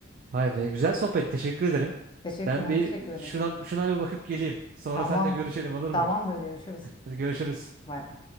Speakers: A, on the right (about 45°); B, on the left (about 25°).
A: Vay be. Güzel sohbet. Teşekkür ederim.
B: teşekkür
A: Ben
B: ben
A: bir
B: teşekkür ederim
A: şuna şuna bir bakıp geleyim. Sonra
B: tamam
A: seninle görüşelim olur mu?
B: tamamdır görüşürüz
A: Hadi görüşürüz.
B: bay bay